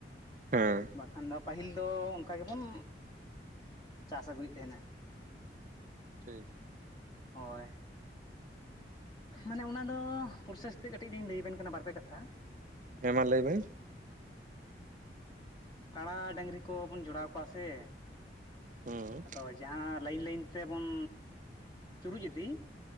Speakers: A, on the right (about 45°); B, on the left (about 25°).
A: ᱦᱮᱸ
B: ᱵᱟᱠᱷᱟᱱ ᱫᱚ ᱯᱟᱹᱦᱤᱞ ᱫᱚ ᱚᱱᱠᱟ ᱜᱮᱵᱚᱱ ᱪᱟᱥ ᱟᱹᱜᱩᱭᱮᱛ ᱛᱟᱦᱮᱸᱱᱟ ᱾
A: ᱴᱷᱤᱠ ᱾
B: ᱦᱳᱭ ᱾ ᱢᱟᱱᱮ ᱚᱱᱟ ᱫᱚ ᱯᱨᱚᱥᱮᱥ ᱛᱮᱜ ᱠᱟᱹᱴᱤᱡ ᱞᱤᱧ ᱞᱟᱹᱭ ᱟᱵᱤᱱ ᱠᱟᱱᱟ ᱵᱟᱨᱯᱮ ᱠᱟᱛᱷᱟ
A: ᱦᱮᱸ ᱢᱟ ᱞᱟᱹᱭ ᱵᱤᱱ ᱾
B: ᱠᱟᱲᱟ ᱰᱟᱹᱝᱨᱤ ᱠᱚ ᱵᱚᱱ ᱡᱚᱲᱟᱣ ᱠᱚᱣᱟ ᱥᱮ
A: ᱦᱮᱸ
B: ᱟᱫᱚ ᱡᱟᱦᱟᱸ ᱞᱟᱹᱭᱤᱱ ᱞᱟᱹᱭᱤᱱ ᱛᱮᱵᱚᱱ ᱪᱩᱨᱩᱡ ᱤᱫᱤ